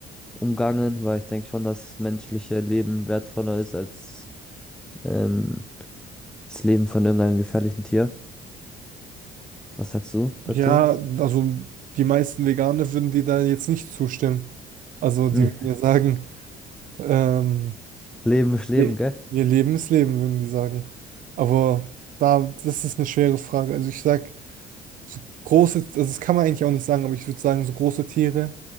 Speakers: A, in the centre; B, on the right.
A: umgangen, weil ich denke schon, dass menschliche Leben wertvoller ist als ähm, das Leben von irgendeinem gefährlichen Tier. Was sagst du dazu?
B: Ja, also die meisten Veganer würden dir da jetzt nicht zustimmen. Also die
A: <laughs>
B: würden ja sagen, ähm,
A: Leben ist Leben,
B: ihr
A: gell?
B: ihr Leben ist Leben, würden die sagen. Aber da, das ist eine schwere Frage. Also ich sag, so große, also das kann man eigentlich auch nicht sagen, aber ich würde sagen, so große Tiere